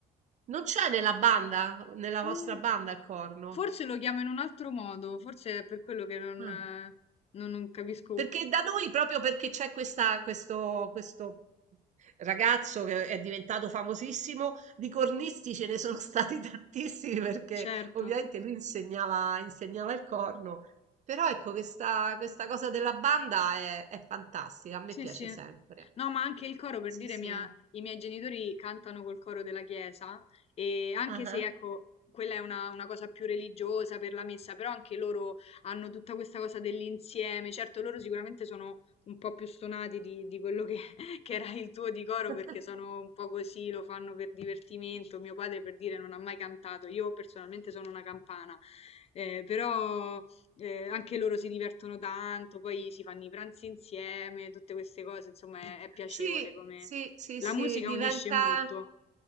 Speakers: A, on the right (about 45°); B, on the left (about 35°).
A: Non c'è nella banda, nella vostra
B: Mm,
A: banda il corno?
B: forse lo chiamo in un altro modo, forse è per quello che non,
A: Ah.
B: eh, non- non capisco,
A: Perché da noi proprio perché c'è questa questo questo ragazzo che è diventato famosissimo, di cornisti ce ne sono stati <laughs> tantissimi perché
B: certo.
A: ovviamente lui insegnava insegnava il corno. Però ecco questa questa cosa della banda è è fantastica, a me
B: Sì,
A: piace
B: sì.
A: sempre.
B: No, ma anche il coro, per
A: Sì,
B: dire,
A: sì.
B: mia- i miei genitori cantano col coro della chiesa e anche
A: Ah-ah.
B: se, ecco, quella è una, una cosa più religiosa per la messa, però anche loro hanno tutta questa cosa dell'insieme. Certo, loro sicuramente sono un po' più stonati di, di quello che, <laughs> che era il tuo di coro
A: <laughs>
B: perché sono un po' così, lo fanno per divertimento. Mio padre, per dire, non ha mai cantato. Io personalmente sono una campana, eh, però... Eh, anche loro si divertono tanto, poi si fanno i pranzi insieme, tutte queste cose, insomma, è, è piacevole
A: Sì,
B: come...
A: sì, sì,
B: La
A: sì,
B: musica
A: diventa
B: unisce molto.